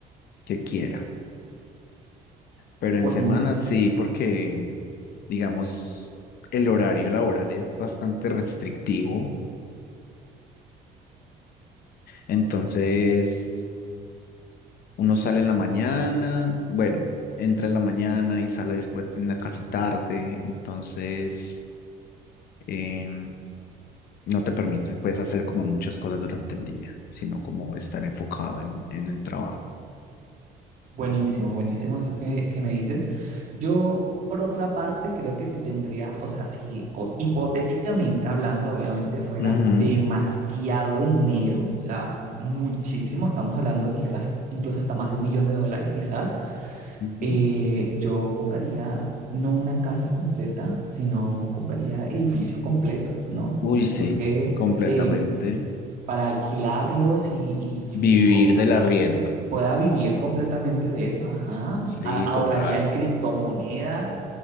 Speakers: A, on the left; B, on the right.
A: que quiera. Pero
B: Buenísimo,
A: en semana sí, porque digamos el horario laboral es bastante restrictivo. Entonces Uno sale en la mañana, bueno, entra en la mañana y sale después en la casi tarde, entonces eh, no te permite, puedes hacer como muchas cosas durante el día, sino como estar enfocado en, en el trabajo.
B: buenísimo, buenísimo eso que, que me dices. Yo, por otra parte, creo que si tendría, o sea, si o- hipotéticamente hablando, obviamente fuera
A: Ujú,
B: demasiado dinero, o sea, muchísimo, estamos hablando quizás incluso hasta más de un millón de dólares, quizás,
A: ujú.
B: eh, yo compraría no una casa completa, sino compraría edificios completos, ¿no?
A: Uy,
B: Digamos
A: sí,
B: que
A: completamente.
B: eh, para alquilarlos y, y
A: Vivir
B: que yo
A: del arriendo.
B: pueda vivir completamente de eso, ajá.
A: Sí,
B: A- ahorraría
A: total.
B: en criptomonedas,